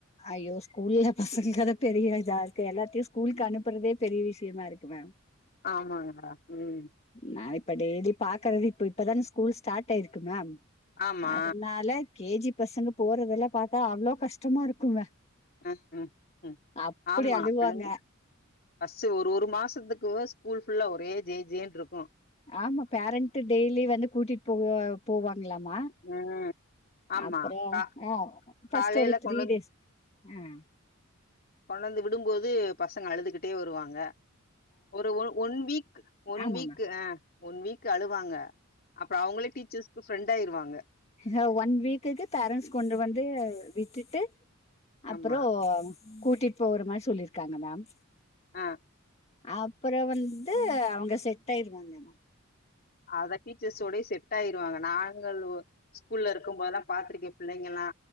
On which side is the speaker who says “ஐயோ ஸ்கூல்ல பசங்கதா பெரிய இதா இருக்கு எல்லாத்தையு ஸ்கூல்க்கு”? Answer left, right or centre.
Left